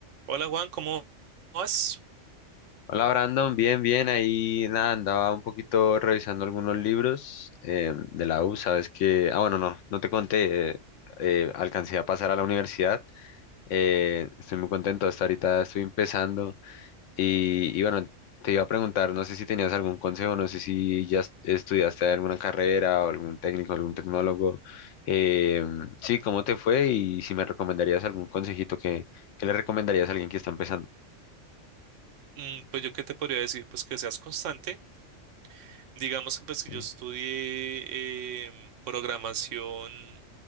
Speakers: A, on the right; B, on the left.
A: Hola Juan, ¿cómo vas?
B: Hola Brandon, bien, bien, ahí nada, andaba un poquito revisando algunos libros eh, de la U, sabes que, ah bueno, no, no te conté, eh, eh, alcancé a pasar a la universidad, eh, estoy muy contento, hasta ahorita estoy empezando y, y bueno, te iba a preguntar, no sé si tenías algún consejo, no sé si ya est- estudiaste alguna carrera o algún técnico, algún tecnólogo, eh, sí, ¿cómo te fue y si me recomendarías algún consejito que, que le recomendarías a alguien que está empezando?
A: Mm, Pues yo qué te podría decir, pues que seas constante. Digamos que pues que
B: Ok.
A: yo estudié em, programación,